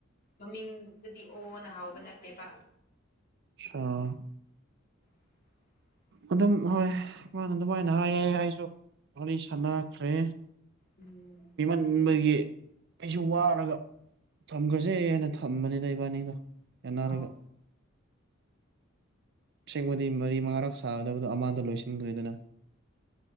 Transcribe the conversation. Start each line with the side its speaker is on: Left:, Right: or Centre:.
Left: ꯃꯃꯤꯡꯗꯨꯗꯤ ꯑꯣꯅ ꯍꯥꯎꯕ ꯅꯠꯇꯦꯕ
Right: ꯑꯆꯥ
Left: <inaudible>
Right: ꯑꯗꯨꯝ ꯍꯣꯏ ꯃꯥꯅ ꯑꯗꯨꯃꯥꯏꯅ ꯍꯥꯏꯌꯦ ꯑꯩꯁꯨ ꯋꯥꯔꯤ ꯁꯥꯟꯅꯈ꯭ꯔꯦ
Left: ꯎꯝ
Right: ꯗꯒꯤ ꯑꯩꯁꯨ ꯋꯥꯔꯒ ꯊꯝꯈ꯭ꯔꯁꯦ ꯍꯥꯏꯅ ꯊꯝꯕꯅꯤꯗ ꯏꯕꯥꯅꯤꯗꯣ ꯌꯥꯟꯅꯔꯒ
Left: ꯑ
Right: ꯑꯁꯦꯡꯕꯗꯤ ꯃꯔꯤ ꯃꯉꯥꯔꯛ ꯁꯥꯒꯗꯕꯗꯣ ꯑꯃꯗ ꯂꯣꯏꯁꯤꯟꯗ꯭ꯔꯗꯅ